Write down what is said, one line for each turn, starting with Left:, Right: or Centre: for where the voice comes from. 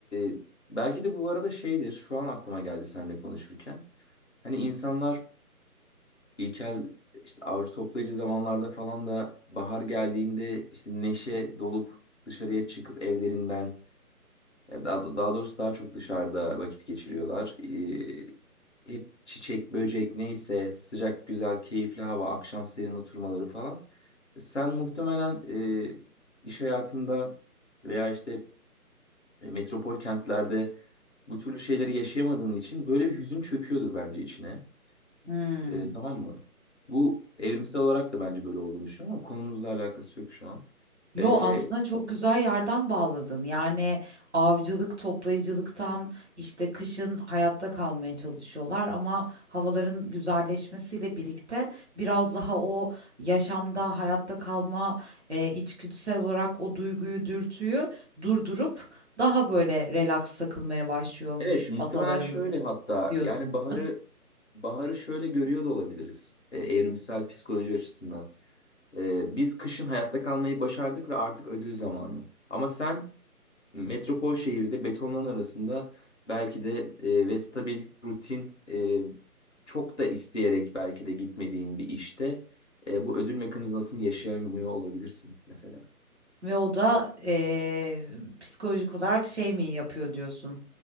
Left: e, belki de bu arada şeydir. Şu an aklıma geldi seninle konuşurken. Hani insanlar İlkel işte avcı toplayıcı zamanlarda falan da bahar geldiğinde işte neşe dolup dışarıya çıkıp evlerinden ya daha, daha doğrusu daha çok dışarıda vakit geçiriyorlar. Ee, hep çiçek, böcek neyse sıcak, güzel, keyifli hava, akşam serin oturmaları falan. Sen muhtemelen e, iş hayatında veya işte e, metropol kentlerde bu türlü şeyleri yaşayamadığın için böyle bir hüzün çöküyordur bence içine.
Right: Hmm.
Left: E, tamam mı? Bu evrimsel olarak da bence böyle olduğunu düşünüyorum ama konumuzla alakası yok şu an.
Right: Yo
Left: E,
Right: aslında çok güzel yerden bağladın. Yani avcılık, toplayıcılıktan işte kışın hayatta kalmaya çalışıyorlar ama havaların güzelleşmesiyle birlikte biraz daha o yaşamda hayatta kalma e, içgüdüsel olarak o duyguyu, dürtüyü durdurup daha böyle relax takılmaya başlıyormuş
Left: evet muhtemelen
Right: atalarımız
Left: şöyle hatta
Right: diyorsun.
Left: yani baharı baharı şöyle görüyor da olabiliriz e, evrimsel psikoloji açısından. E, biz kışın hayatta kalmayı başardık ve artık ödül zamanı. Ama sen Metropol şehirde betonların arasında belki de e, ve stabil, rutin, e, çok da isteyerek belki de gitmediğin bir işte e, bu ödül mekanizmasını yaşayamıyor olabilirsin mesela.
Right: Ve o da eee, psikolojik olarak şey mi yapıyor diyorsun?